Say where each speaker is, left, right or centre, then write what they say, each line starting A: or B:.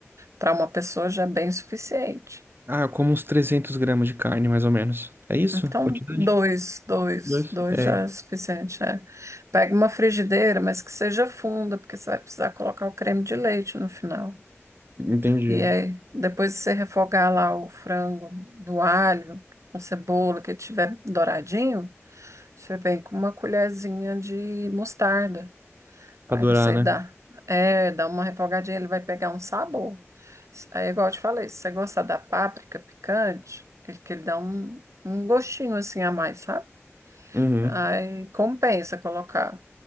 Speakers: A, on the right; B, on the right.
A: para uma pessoa já é bem suficiente.
B: Ah, eu como uns 300 gramas de carne, mais ou menos. É isso?
A: Então,
B: Quantidade?
A: dois, dois,
B: Dois.
A: dois
B: É,
A: já é suficiente, é. Pega uma frigideira, mas que seja funda, porque você vai precisar colocar o creme de leite no final.
B: entendi.
A: E aí, depois de você refogar lá o frango no alho, com cebola, que ele tiver douradinho, Você vem com uma colherzinha de mostarda.
B: Pra
A: Aí
B: adorar,
A: você
B: né?
A: dá, é, dá uma refogadinha, ele vai pegar um sabor. Aí, igual eu te falei, se você gostar da páprica picante, ele que ele dá um, um gostinho assim a mais, sabe?
B: Uhum.
A: Aí compensa colocar.